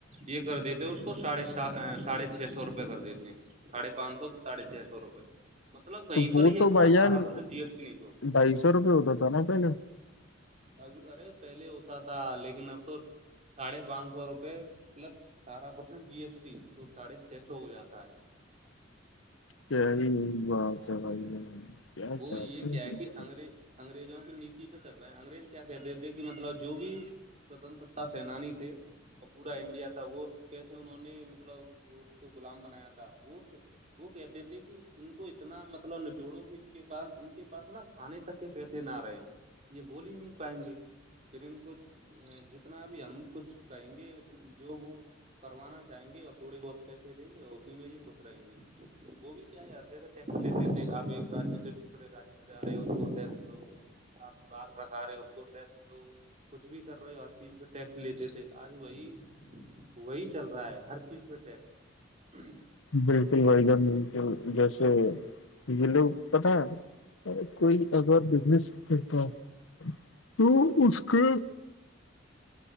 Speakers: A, on the right; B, on the left.
A: یہ کر دیتے ہیں اس کو ساڑھے س ساڑھے چھ سو روپے کر دیتے ہیں ساڑھے پانچ سو ساڑھے چھ سو روپے مطلب کہیں
B: تو وہ
A: پر ہی اپنا
B: تو بھائی
A: اٹھارہ
B: جان
A: پرسینٹ جی ایس ٹی نہیں چھو
B: ڈھائی سو روپئے ہوتا تھا ن پہے
A: اب ارے پہلے ہوتا تھا لیکن اب تو ساڑھے پانچ سو روپے پلس اٹھارہ پرسینٹ جی ایس ٹی تو ساڑھے چھ سو ہو جاتا ہے
B: <unintelligible>
A: وہ
B: چاہتے
A: یہ کیا
B: ہیں
A: ہے کہ انگریز انگریزوں کی نیتی پہ چل رہے انگریز کیا کہتے تھے کہ مطلب جو بھی سوتنترتا سینانی تھے اور پورا انڈیا تھا وہ کیسے انہوں نے مطلب وہ غلام بنایا تھا وہ وہ کہتے تھے کہ ان کو اتنا مطلب نچوڑو ک کے پاس ان کے پاس نا کھانے تک کے پیسے نہ رہے ہیں یہ بول ہی نہیں پائیں گے پھر ان کو جتنا بھی ہم کچھ کہیں گے جو وہ کروانا چاہیں گے اور تھوڑی بہت پیسے دیں گے اور اسی میں یہ خوش رہیں گے وہ بھی کیاتے ا ٹیکس لیتے تھے آپ ایک سے دوسرے رج پ جا رہے ہو اس ٹیکس دو بال رکھا رہے اس ٹیکس دو کچھ بھی کر رہے ہو ہر چیز پہ ٹیکس لیتے تھے آج وہی وہی چل رہا ہے ہر چیز پہ ٹیکس
B: بالکل ویگان بکل جیسے یہ لوگ پت ہے کوئی اگر بزنس کرتا ہے تو اس کے